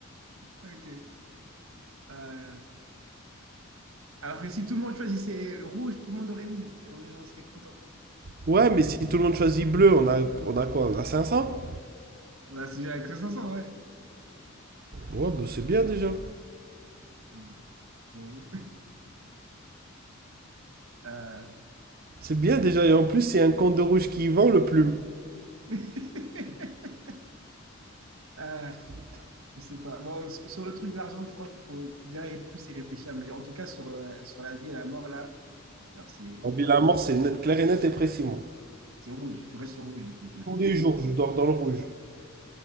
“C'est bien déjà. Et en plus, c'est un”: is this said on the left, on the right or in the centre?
Right